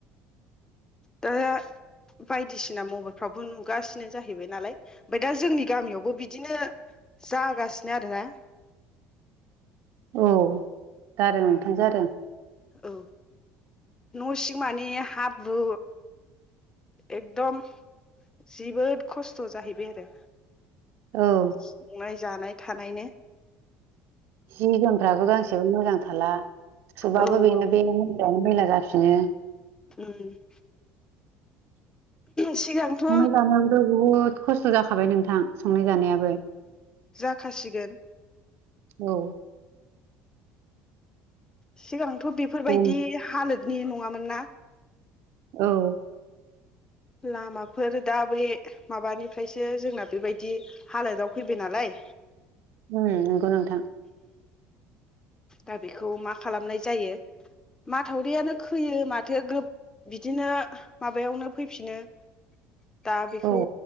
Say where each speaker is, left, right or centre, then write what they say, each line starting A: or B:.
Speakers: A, on the left (about 15°); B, on the right (about 60°).
A: <unintelligible> बायदिसिना मबाइलफ्रावबो नुगासिनो जाहैबाय नालाय ओमफाय दा जोंनि गामियावबो बिदिनो जागासिनो आरोना
B: औ जादों नोंथां जादों
A: औ न' सिं मानि हाब्रु एकदम जोबोद खस्थ' जाहैबाय आरो
B: औ
A: संनाय जानाय थानायनो
B: जि जोमफ्राबो गांसेबो मोजां थाला सुबाबो
A: औ औ
B: बेनो बे मोजां मैला जाफिनो
A: उम सिगांथ'
B: संनाय जानायावोथ' बुहुद खस्थ' जाखाबाय नोंथां संनाय जानायाबो
A: जाखासिगोन
B: औ
A: सिगांथ' बेफोरबायदि
B: ओं
A: हालोदनि नङामोन ना
B: औ
A: लामाफोर दा बे माबानिफ्रायसो जोंना बेबायदि हालोदाव फैबाय नालाय
B: नंगौ नोंथां
A: दा बेखौ मा खालामनाय जायो माथावरियानो खोयो माथो ग्रोब बिदिनो माबायावनो फैफिनो
B: <inaudible>
A: दा बेखौ
B: औ